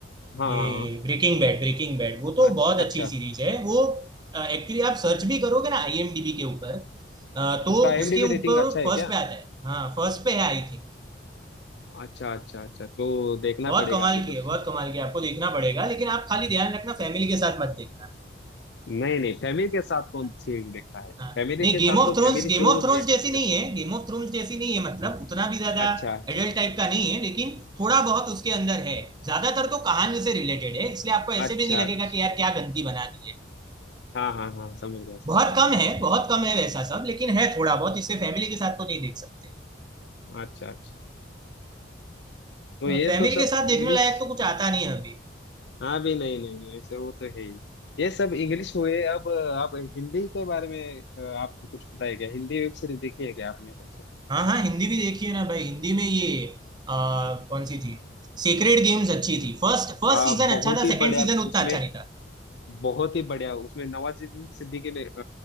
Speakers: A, on the left; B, on the right.
A: हाँ
B: ये ब्रेकिंग बैड ब्रेकिंग बैड वो तो
A: अच्छा
B: बहुत
A: अच्छा
B: अच्छी सीरीज है वो एक्चुअली आप सर्च भी करोगे ना आईएमडीबी के ऊपर अ, तो
A: उसका IMDb
B: उसके
A: रेटिंग
B: ऊपर
A: अच्छा है
B: फर्स्ट
A: क्या
B: पे आता है हाँ फर्स्ट पे है आई थिंक
A: अच्छा अच्छा अच्छा तो देखना
B: बहुत
A: पड़ेगा
B: कमाल
A: अभी तो
B: की है बहुत कमाल की है आपको देखना पड़ेगा लेकिन आप खाली ध्यान रखना फैमिली के साथ मत देखना
A: नहीं नहीं फैमिली के साथ कौन
B: हाँ,
A: सीरीज देखता है
B: हाँ।
A: फैमिली
B: नहीं
A: के
B: game
A: साथ
B: of
A: तो
B: thrones
A: फैमिली
B: game
A: शोज
B: of thrones
A: या
B: जैसी
A: पिक्चर
B: नहीं है गेम ऑफ थ्रोन्स जैसी नहीं है मतलब उतना भी ज्यादा
A: अच्छा अच्छा
B: एडल्ट टाइप का नहीं है लेकिन थोड़ा बहुत उसके अंदर है ज्यादातर तो कहानी से रिलेटेड है इसलिए आपको ऐसे
A: अच्छा
B: भी नहीं लगेगा
A: अच्छा
B: कि यार क्या गंदगी बना दी है
A: हाँ हाँ हाँ समझ गया समझ
B: बहुत कम है बहुत कम है वैसा सब लेकिन है थोड़ा बहुत इससे फैमिली के साथ तो नहीं देख सकते
A: गया अच्छा अच्छा तो ये
B: फैमिली
A: तो सब
B: के साथ देखने
A: इंग्लिश
B: लायक तो कुछ आता नहीं है अभी
A: हाँ भी नहीं नहीं वैसे वो तो है ही ये सब इंग्लिश हुए अब अब हिंदी के बारे में अ, आपको कुछ पता है क्या हिंदी वेब सीरीज देखी है क्या आपने कौन से
B: हाँ हाँ हिंदी भी देखी है ना भाई हिंदी में ये आ, कौन सी थी सीक्रेट गेम्स अच्छी थी फर्स्ट फर्स्ट
A: आ,
B: सीजन
A: बहुत
B: अच्छा था
A: ही
B: सेकंड
A: बढ़िया
B: सीजन उतना
A: उसमें
B: अच्छा नहीं था
A: बहुत ही बढ़िया उसमें नवाजुद्दीन सिद्दीकी ने अ,